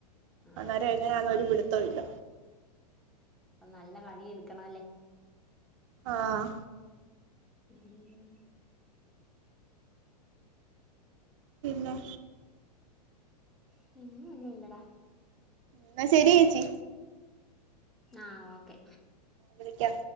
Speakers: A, in the centre; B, on the right.
A: ആ
B: അന്നേര എങ്ങനെയാന്ന ഒരു പിടുത്തം ഇല്ല
A: അപ്പൊ നല്ല പണി എടുക്കണല്ലേ
B: ആഹ്
A: ഉം
B: പിന്നേ
A: പിന്ന ഒന്നുല്ലടാ
B: എന്ന ശരി ഏച്ചി
A: ആഹ് ഓക്കേ
B: വിളിക്കാം